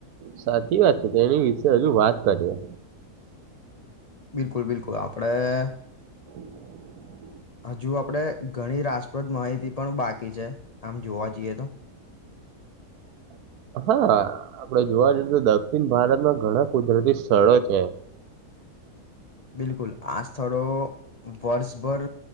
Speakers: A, on the right; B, on the left.
A: સાચી વાત છે. તેની વિશે હજુ વાત કરીએ.
B: બિલકુલ, બિલકુલ આપણેે
A: <inaudible>
B: હજુ, આપણે ઘણી રાસપ્રદ માહિતી પણ બાકી છે. આમ જોવા જઈએ તો.
A: <inaudible> હા, આપણે જોવા જઈએ તો દક્ષિણ ભારતમાં ઘણા કુદરતી સ્થળો છે.
B: બિલકુલ. આ સ્થળો વર્ષ ભર